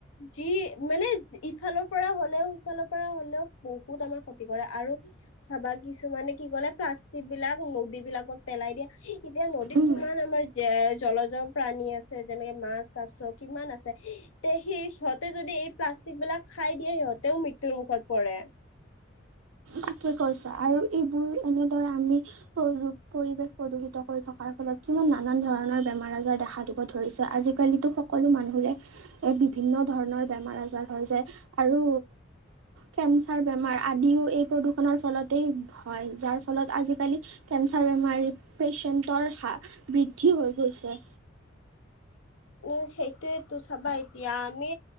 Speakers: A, on the left; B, on the right.
A: যি মানে ইফালৰ পৰা হ'লেও সিফালৰ পৰা হ'লেও বহুত আমাৰ ক্ষতি কৰে আৰু- চাবা কিছুমানে কি কৰে প্লাষ্টিক বিলাক নদী বিলাকত পেলাই দিয়ে। এতিয়া নদীত
B: উম,
A: কিমান আমাৰ- যে জলজৰ প্ৰাণী আছে যেনেকে মাছ কাছ কিমান আছে, তে সেই সিহঁতে যদি এই প্লাষ্টিক বিলাক খাই দিয়ে সিহঁতেও মৃত্যুৰ মুখত পৰে।
B: ঠিকে কৈছ, আৰু এইবোৰ এনেদৰে আমি পৰি-পৰিৱেশ প্ৰদূষিত কৰি থকাৰ ফলত কিমান নানান ধৰণৰ বেমাৰ আজাৰ দেখা দিব ধৰিছে, আজিকালিতো সকলো মানুহৰে এ বিভিন্ন ধৰণৰ বেমাৰ আজাৰ হৈ যায়, আৰু কেঞ্চাৰ বেমাৰ আদিও এই প্ৰদূষণৰ ফলতেই হয়, যাৰ ফলত আজিকালি কেঞ্চাৰ বেমাৰী পেচেন্টৰ হা বৃদ্ধি হৈ গৈছে।
A: উম, সেইটোৱেতো চাবা এতিয়া আমি